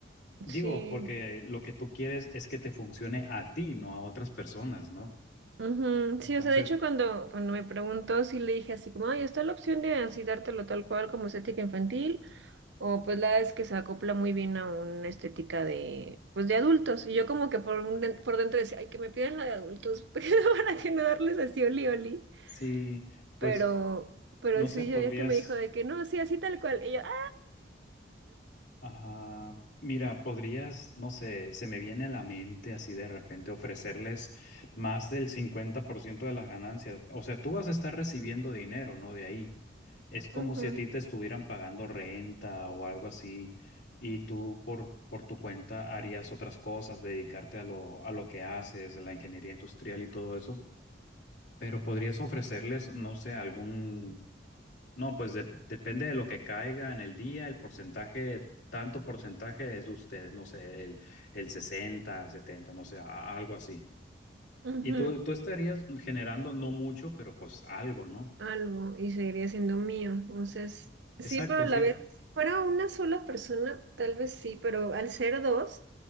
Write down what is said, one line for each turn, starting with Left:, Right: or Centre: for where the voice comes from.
Left: Digo,
Right: sí.
Left: porque lo que tú quieres es que te funcione a ti, no a otras personas, ¿no?
Right: ujú,
Left: Entonces,
Right: Sí, o sea, de hecho cuando, cuando me preguntó, sí le dije así como, ay, está la opción de así dártelo tal cual como estética infantil O pues la verdad es que se acopla muy bien a una estética de, pues de adultos. Y yo como que por, un den- por dentro decía, ay, que me pidan la de adultos, <laughs> porque para que no darles así oli oli.
Left: sí, pues,
Right: Pero, pero
Left: no
Right: sí,
Left: sé, podrías...
Right: yo ya que me dijo de que no, sí, así tal cual. Y yo, ah,
Left: Ajá, mira, podrías, no sé, se me viene a la mente así de repente ofrecerles más del 50% de las ganancias. O sea, tú vas a estar recibiendo dinero, ¿no? De ahí. Es como
Right: no. Ujú,
Left: si a ti te estuvieran pagando renta o algo así y tú por, por tu cuenta harías otras cosas, dedicarte a lo, a lo que haces, a la ingeniería industrial y todo eso. Pero podrías ofrecerles, no sé, algún no, pues de- depende de lo que caiga en el día, el porcentaje, tanto porcentaje es usted, no sé, el, el sesenta, setenta, no sé, a- algo así.
Right: ujú.
Left: Y tú, tú estarías generando, no mucho, pero pues algo, ¿no?
Right: algo y seguiría siendo mío. Entonces, sí,
Left: Exacto,
Right: pero a
Left: sí.
Right: la vez, si fuera una sola persona, tal vez sí, pero al ser dos,